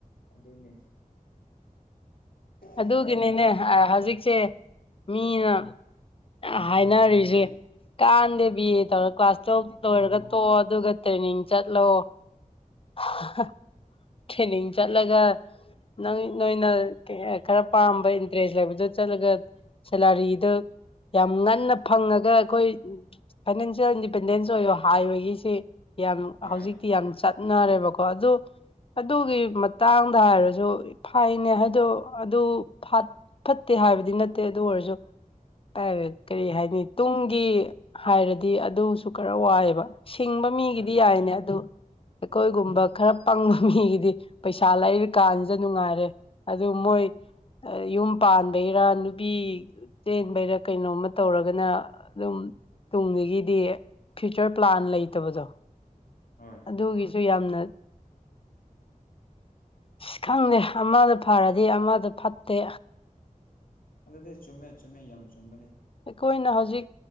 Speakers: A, on the left; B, on the left.
A: ꯑꯗꯨꯅꯤ
B: ꯑꯗꯨꯒꯤꯅꯤꯅꯦ
A: ꯑꯩꯈꯣꯏꯅ
B: ꯑ ꯍꯧꯖꯤꯛꯁꯦ ꯃꯤꯅ ꯍꯥꯏꯅꯔꯤꯖꯦ ꯀꯥꯟꯗꯦ ꯕꯤ ꯑꯦ ꯇꯧꯔ ꯀ꯭ꯂꯥꯁ ꯇꯨꯌꯦꯜꯐ ꯂꯣꯏꯔꯒ ꯇꯣꯛꯑꯣ ꯑꯗꯨꯒ ꯇ꯭ꯔꯦꯅꯤꯡ ꯆꯠꯂꯣ <unintelligible> ꯇ꯭ꯔꯦꯅꯤꯡ ꯆꯠꯂꯒ ꯅꯪ ꯅꯣꯏꯅ ꯈꯔ ꯄꯥꯝꯕ ꯏꯟꯇꯔꯦꯁ ꯂꯩꯕꯗꯣ ꯆꯠꯂꯒ ꯁꯦꯂꯥꯔꯤꯗꯨ ꯌꯥꯝ ꯉꯟꯅ ꯐꯪꯉꯒ ꯑꯩꯈꯣꯏ ꯐꯥꯏꯅꯥꯟꯁꯤꯌꯦꯜ ꯏꯟꯗꯤꯄꯦꯟꯗꯦꯟꯁ ꯑꯣꯏꯌꯣ ꯍꯥꯏꯕꯒꯤꯁꯤ ꯌꯥꯝ
A: ꯍꯣꯏ
B: ꯍꯧꯖꯤꯛꯇꯤ ꯌꯥꯝ ꯆꯠ ꯅꯔꯦꯕꯀꯣ ꯑꯗꯨ ꯑꯗꯨꯒꯤ ꯃꯇꯥꯡꯗ ꯍꯥꯏꯔꯁꯨ ꯐꯩꯅꯦ ꯑꯗꯨ ꯑꯗꯨ ꯐꯠ ꯐꯠꯇꯦ ꯍꯥꯏꯕꯗꯤ ꯅꯠꯇꯦ ꯑꯗꯨ ꯑꯣꯏꯔꯁꯨ ꯥ <unintelligible> ꯀꯔꯤ ꯍꯥꯏꯅꯤ ꯇꯨꯡꯒꯤ ꯍꯥꯏꯔꯗꯤ ꯑꯗꯨꯁꯨ ꯈꯔ ꯋꯥꯏꯑꯦꯕ ꯁꯤꯡꯕ ꯃꯤꯒꯤꯗꯤ
A: ꯍꯣꯏ ꯍꯣꯏ
B: ꯌꯥꯏꯅꯦ
A: ꯆꯨꯝꯃꯦ
B: ꯑꯗꯨ ꯑꯩꯈꯣꯏꯒꯨꯝꯕ ꯈꯔ ꯄꯪꯕ ꯃꯤꯒꯤꯗꯤ ꯄꯩꯁꯥ ꯂꯩꯔꯤ ꯀꯥꯟꯗ ꯅꯨꯡꯉꯥꯏꯔꯦ ꯑꯗꯨ ꯃꯣꯏ ꯌꯨꯝ ꯄꯥꯟꯕꯩꯔꯥ ꯅꯨꯄꯤ ꯆꯦꯟꯕꯩꯔ ꯀꯩꯅꯣꯝꯃ ꯇꯧꯔꯒꯅ ꯑꯗꯨꯝ ꯇꯨꯡꯖꯤꯒꯤꯗꯤ ꯐ꯭ꯌꯨꯆꯔ ꯄ꯭ꯂꯥꯟ ꯂꯩꯇꯕꯗꯣ
A: ꯍꯣꯏ
B: ꯑꯗꯨꯒꯤꯁꯨ ꯌꯥꯝꯅ ꯑꯁ ꯈꯪꯗꯦ ꯑꯃꯗ ꯐꯔꯗꯤ ꯑꯃꯗ ꯐꯠꯇꯦ
A: ꯑꯗꯨꯗꯤ ꯆꯨꯝꯃꯦ ꯆꯨꯝꯃꯦ ꯌꯥꯝ ꯆꯨꯝꯕꯅꯦ
B: ꯑꯩꯈꯣꯏꯅ ꯍꯧꯖꯤꯛ